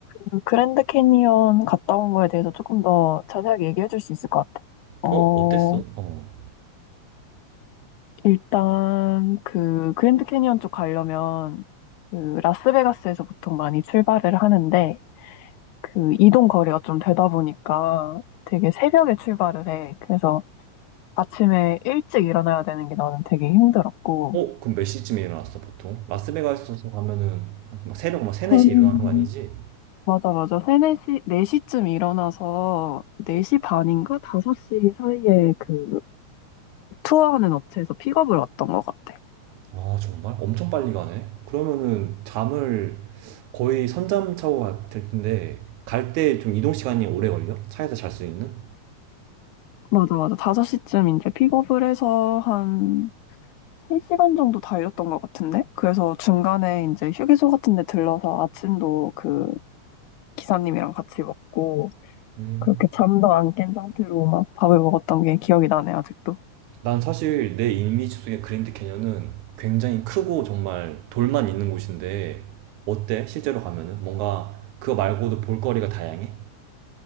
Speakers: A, on the left; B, on the right.
A: 그 그랜드 캐니언 갔다 온 거에 대해서 조금 더 자세하게 얘기해 줄 수 있을 것 같아. 어,
B: 어, 어땠어? 어.
A: 일단 그 그랜드 캐니언 쪽 가려면 그 라스베가스에서 보통 많이 출발을 하는데, 그 이동 거리가 좀 되다 보니까 되게 새벽에 출발을 해. 그래서 아침에 일찍 일어나야 되는 게 나는 되게 힘들었고.
B: 어? 그럼 몇 시쯤에 일어났어, 보통? 라스베가스에서 가면은 한막 새벽 막 3,
A: 한,
B: 4시에 일어나는 거 아니지?
A: 맞아, 맞아. 3, 4시, 네 시쯤 일어나서 4시 반인가 5시 사이에 그 투어하는 업체에서 픽업을 왔던 것 같아.
B: 아, 정말? 엄청 빨리 가네? 그러면은 잠을 거의 선잠 차고 갈될 텐데, 갈 때 좀 이동 시간이 오래 걸려? 차에서 잘 수 있는?
A: 맞아, 맞아. 5시쯤 이제 픽업을 해서 한 3시간 정도 달렸던 것 같은데? 그래서 중간에 이제 휴게소 같은 데 들러서 아침도 그 기사님이랑 같이 먹고
B: 음.
A: 그렇게 잠도 안 깬 상태로 막 밥을 먹었던 게 기억이 나네, 아직도.
B: 난 사실 내 이미지 속의 그랜드 캐년은 굉장히 크고 정말 돌만 있는 곳인데, 어때? 실제로 가면은? 뭔가 그거 말고도 볼거리가 다양해?